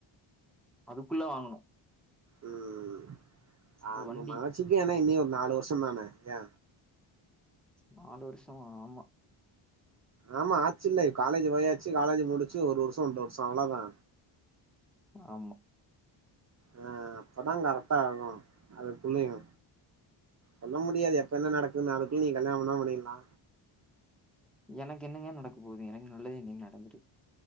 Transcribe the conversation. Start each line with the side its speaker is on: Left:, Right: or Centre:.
Centre: அதுக்குள்ள வாங்கணு
Right: ம் ஆம
Centre: ஒரு வண்டி
Right: மனச்சிக்கு ஏன்னா இனி ஒரு நாலு வருஷந்தான ஏ
Centre: நாலு வருஷோ ஆமா
Right: ஆமா ஆச்சில்ல காலேஜ் போயாச்சு காலேஜ் முடிச்சு ஒரு வருஷோ ஒன்ற வருஷோ அவ்ளதா
Centre: ஆமா
Right: அ அப்பதா கரெக்டா ஆகு அதுக்குள்ளையு சொல்ல முடியாது எப்ப என்ன நடக்குன் அதுக்குள் நீ கல்யாண பண்ணா பண்ணிட்லா
Centre: எனக்கு என்னங்க நடக்க போகுது எனக்கு நல்லது எங்கைங் நடந்துரு